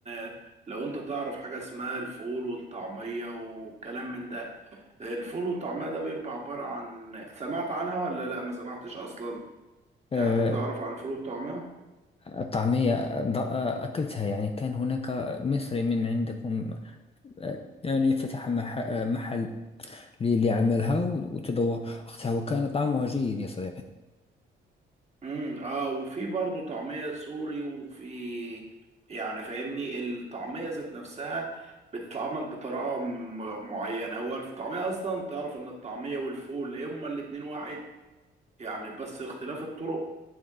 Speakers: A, on the right; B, on the left.
A: آه، لو انت تعرف حاجة اسمها الفول والطعمية والكلام من ده الفول والطعمية ده بيبقى عبارة عن سمعت عنها ولا لا ما سمعتش أصلا
B: آه،
A: يعني انت تعرف عن الفول والطعمية
B: الطعمية ض- آه، أكلتها يعني كان هناك مصري من عندكم آه، يعني فتح مح- آه، محل ل- ليعملها وتذوقتها وكان طعمها جيد يا صديقي
A: امم اه وفي برضه طعمية سوري وفي يعني فاهمني الطعمية ذات نفسها بتتعمل بطريقة م- معينة هو الطعمية أصلا تعرف إن الطعمية والفول هما الاتنين واحد يعني بس اختلاف الطرق